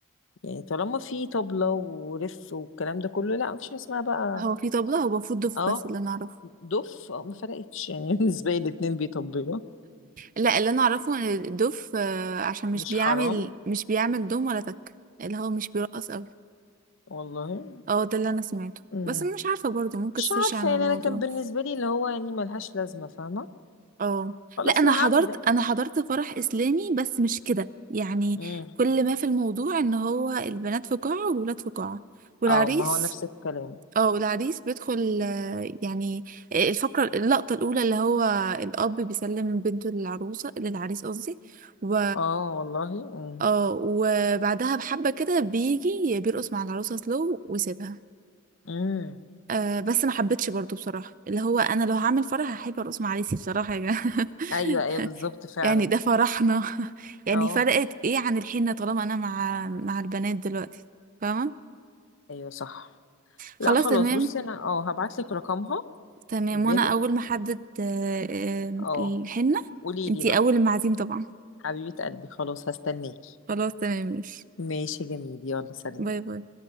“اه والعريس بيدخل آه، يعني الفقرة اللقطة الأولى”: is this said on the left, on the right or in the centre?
Right